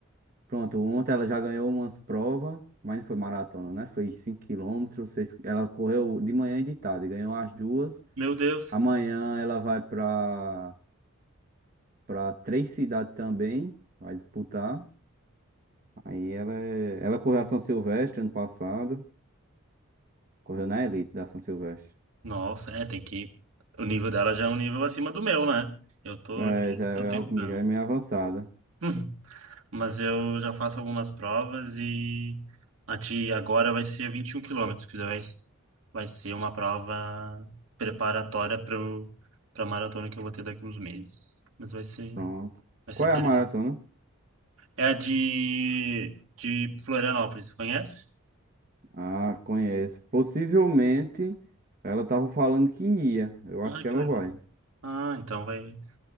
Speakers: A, on the right; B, on the right.
A: Pronto, ontem ela já ganhou umas provas, mas não foi maratona, né? Foi cinco quilômetros seis ela correu de manhã e de tarde, ganhou as duas.
B: Meu Deus.
A: Amanhã ela vai para para três cidades também, vai disputar. Aí ela é- ela correu a São Silvestre ano passado, correu na elite da São Silvestre.
B: Nossa, é, tem que. O nível dela já é um nível acima do meu, né? Eu tô
A: É,
B: aqui,
A: já é,
B: tô tentando.
A: já é meio avançada.
B: Hum. Mas eu já faço algumas provas e a de agora vai ser 21 quilômetros, que já vai, vai ser uma prova preparatória para para maratona que eu vou ter daqui uns meses. Mas vai ser,
A: Pronto.
B: vai
A: Qual
B: ser interessante.
A: é a maratona?
B: É a de, de Florianópolis, conhece?
A: Ah, conheço. Possivelmente ela tava falando que ia. Eu
B: Ah,
A: acho que
B: que
A: ela
B: legal.
A: vai.
B: Ah, então vai.